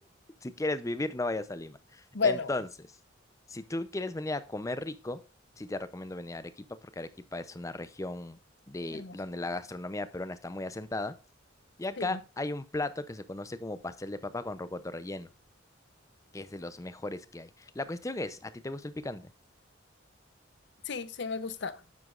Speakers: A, on the left (about 15°); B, on the left (about 60°).
A: si quieres vivir, no vayas a Lima.
B: Bueno,
A: Entonces,
B: bueno,
A: si tú quieres venir a comer rico, sí te recomiendo venir a Arequipa, porque Arequipa es una región de
B: hermoso.
A: donde la gastronomía peruana está muy asentada. Y acá
B: Sí,
A: hay un plato que se conoce como pastel de papa con rocoto relleno, que es de los mejores que hay. La cuestión es, ¿a ti te gusta el picante?
B: sí, sí me gusta.